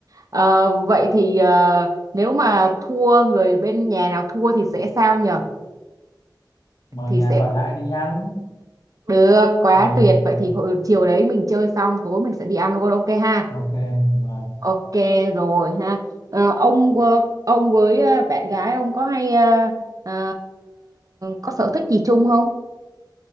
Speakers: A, on the right (about 50°); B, on the left (about 55°).
A: Ờ, vậy thì ờ, nếu mà thua người bên nhà nào thua thì sẽ sao nhở?
B: mời
A: Thì
B: nhà
A: sẽ
B: còn lại đi ăn
A: được, quá
B: Ờ,
A: tuyệt.
B: ừ,
A: Vậy thì hồi chiều đấy mình chơi xong tối mình sẽ đi ăn luôn, ok ha?
B: ok và
A: Ok rồi ha. Ờ, ông ờ, ông với ờ, bạn gái ông có hay ờ, ờ, có sở thích gì chung không?